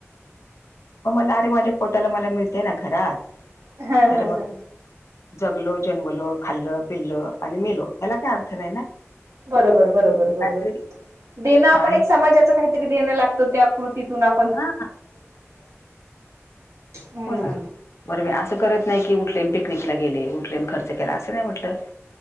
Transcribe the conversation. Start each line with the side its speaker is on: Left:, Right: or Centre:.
Left: म अरे माझ्या पोटाला मला मिळते ना घरात
Right: हा हा
Left: तर मग
Right: हा
Left: जगलो जन्मलो खाल्ल पिल्लं आणि मिलो ह्याला काय अर्थ नाही ना
Right: बरोबर बरोबर
Left: काहीतरी
Right: देण आपण
Left: आहे
Right: समाजा काहीत देणं लागतं त्याकृतीतून आप
Left: हा
Right: हम्म
Left: बोला बरं म असं करत नाही की उठले पिकनिकला गेले उठले खर्च केला असं नाही म्हटलं